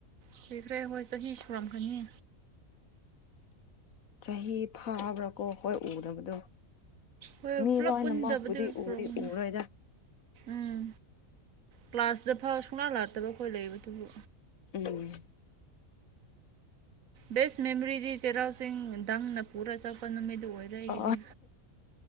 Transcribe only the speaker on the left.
ꯆꯍꯤ ꯐꯥꯕ꯭ꯔꯥ ꯀꯣ ꯍꯣꯏ ꯎꯗꯕꯗꯣ
ꯃꯤ
ꯂꯣ
ꯅꯃꯕꯨꯗꯤ
ꯎꯔꯤ ꯎꯔꯣꯣꯏꯗ
ꯎꯝ
ꯑ